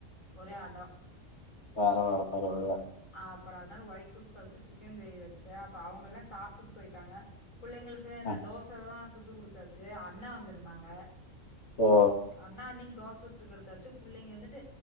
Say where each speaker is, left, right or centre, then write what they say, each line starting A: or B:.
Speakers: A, on the left; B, on the left.
A: ஒரே அடோ
B: வார வார பறவைகள
A: ஆப்பற அதனால ஒயிட் குஸ்கா வச்சு சிக்கன் கிரேவி வச்சே அப்பற அவங்க எல்லா சாப்புட் போயிட்டாங்க புள்ளைங்களுக்கு அந்த
B: அ
A: தோச தா சுட்டு குடுத்தாச்சு அண்ண வந்திருந்தாங்க
B: ஓ
A: அண்ணா அண்ணிக்கு தோச சுட்டுக்குடுத்தாச்சு புள்ளைங்க வந்துட்டு